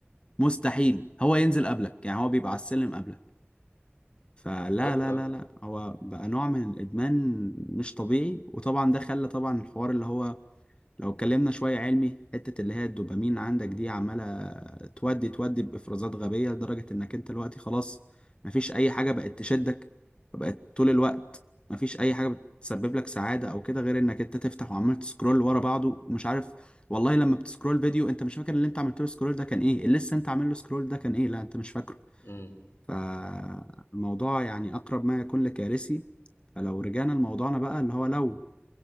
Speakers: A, on the left; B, on the left.
A: مستحيل هو ينزل قبلك يعني هو بيبقى على السلم قبلك فلا
B: بالظبط
A: لا
B: اه
A: لا لا هو بقى نوع من الادمان مش طبيعي وطبعا ده خلى طبعا الحوار اللي هو لو اتكلمنا شويه علمي حته اللي هي الدوبامين عندك دي عماله تودي تودي بافرازات غبيه لدرجه انك انت دلوقتي خلاص مفيش اي حاجه بقت تشدك فبقت طول الوقت مفيش اي حاجه بتسبب لك سعاده او كده غير انك انت تفتح وعمال تسكرول ورا بعضه ومش عارف والله لما بتسكرول فيديو انت مش فاكر اللي انت عملت له سكرول ده كان ايه اللي لسه انت عامل له سكرول ده كان ايه لا انت مش فاكره
B: امم
A: فالموضوع يعني أقرب ما يكون لكارثي فلو رجعنا لموضوعنا بقى اللي هو لو